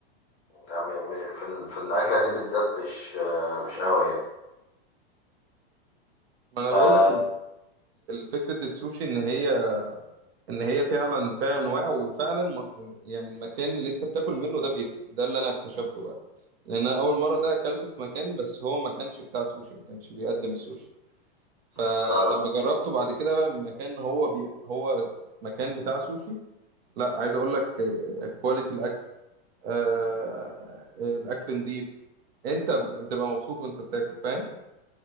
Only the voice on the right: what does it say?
ما انا
بقول لك فكره السوشي ان هي ان هي فعلا فيها انواع وفعلا م- يعني المكان اللي انت بتاكل منه ده بيفرق ده اللي انا اكتشفته بقى لان انا اول مره ده اكلته في مكان بس هو ما كانش بتاع سوشي ما كانش بيقدم السوشي فلما
جربته بعد كده بقى من مكان هو بي هو مكان بتاع سوشي لا عايز اقول لك آه، كواليتي الاكل آه، آه، الاكل نضيف انت بت- بتبقى مبسوط وانت بتاكل فاهم